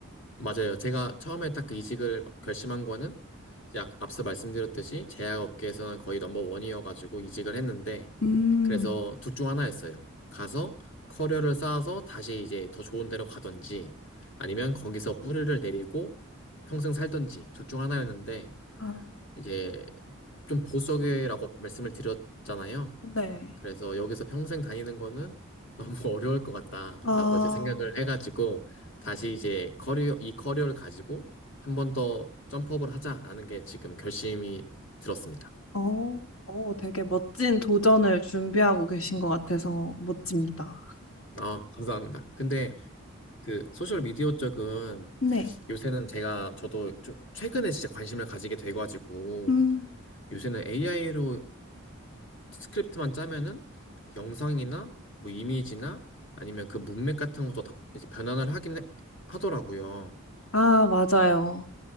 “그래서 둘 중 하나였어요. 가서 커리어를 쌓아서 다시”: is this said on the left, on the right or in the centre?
Left